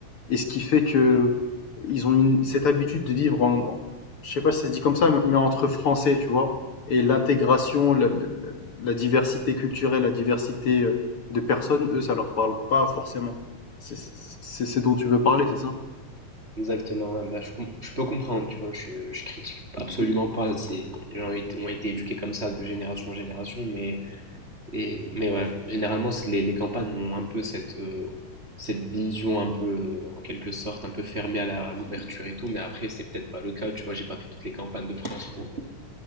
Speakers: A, on the left; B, on the right.
A: et ce qui fait que ils ont une, cette habitude de vivre en, en- je sais pas si ça se dit comme ça, mais entre Français, tu vois, et l'intégration, la, la- la diversité culturelle, la diversité euh, de personnes, eux, ça leur parle pas forcément. C'est c'est- c'est- c'est ce dont tu veux parler, c'est ça?
B: Exactement, ouais, bah, je, com- je peux comprendre, tu vois, je, je critique absolument pas. C'est, les gens ont été ont été éduqués comme ça de génération en génération, mais Et, mais ouais, généralement, c'est- les, les campagnes ont un peu cette, euh, cette vision un peu, euh, en quelque sorte, un peu fermée à la- à l'ouverture et tout. Mais après, c'est peut-être pas le cas. Tu vois, j'ai pas fait toutes les campagnes de France pour euh,